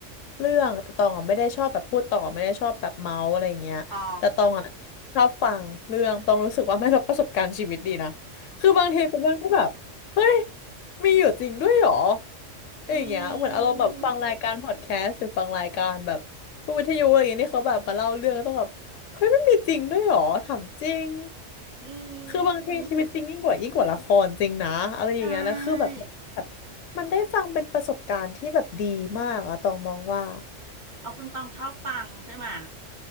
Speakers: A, on the left; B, on the right.
A: เรื่องแต่ตองอ่ะไม่ได้ชอบแบบพูดต่อไม่ได้ชอบแบบเมาส์อะไรอย่างเงี้ยแต่ตองอ่ะชอบฟังเรื่องตองรู้สึกว่าไม่รับประสบการณ์ชีวิตดีนะ
B: อ๋อ
A: คือบางทีเป็นเรื่องที่แบบเฮ้ยมีอยู่จริงด้วยเหรอ
B: อื
A: อย่างเงี้ยเหมือนอารมณ์แบบฟังรายการพอดแคสต์หรือฟังรายการแบบพวกวิทยุอะไรอย่างเงี้ยที่เขาแบบมาเล่าเรื่องแล้วต้องแบบ
B: ม
A: เฮ้ยไม่มีจริงด้วยเหรอถามจริง
B: อื
A: คือบางทีชีวิตจริงยิ่งกว่ายิ่งกว่าละครจริงนะอะไรอย่างเงี้ยแล้วคือแบบแบบ
B: มใช่
A: มันได้ฟังเป็นประสบการณ์ที่แบบดีมากอะตองมองว่า
B: เอาคุณตองชอบฟังใช่ไหม